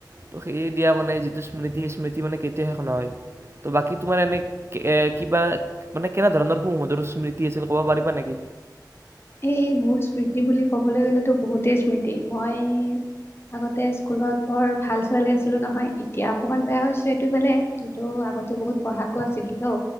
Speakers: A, on the right; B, on the left.
A: তো সেয়ে দিয়া মানে যিটো স্মৃতি সেই স্মৃতি মানে কেতিয়া শেষ নহয় ত' বাকী তোমাৰ এনে কিবা মানে কেনেধৰণৰ সুমধুৰ স্মৃতি আছিল ক'ব পাৰিবা নেকি?
B: এই মোৰ স্মৃতি বুলি ক'বলৈ গ'লেতো বহুতেই স্মৃতি। মই আগতে স্কুলত বৰ ভাল ছোৱালী আছিলো নহয়, এতিয়া অকণমান বেয়া হৈছো। এইটো বেলেগ কিন্তু আগতে বহুত পঢ়াকো আছিলতো